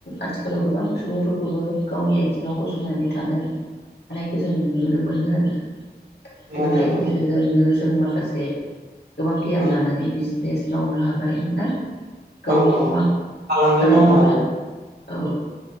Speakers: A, on the left; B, on the right.
A: आथिखालाव गोबां सुबुंफोरखौबो गावनि आथिङाव गसंनानै थानो हानायखौ जों नुनो मोनो आरोना सोलोंथाइनि
B: मोनो मोनो
A: गेजेरजोंनो जों माखासे गोबां गियान
B: औ
A: लानानै बिजा लेस मावनो हाबाय ना गाव
B: औ औ
A: मा
B: फालांगि
A: खालामोबा
B: मावनो
A: औ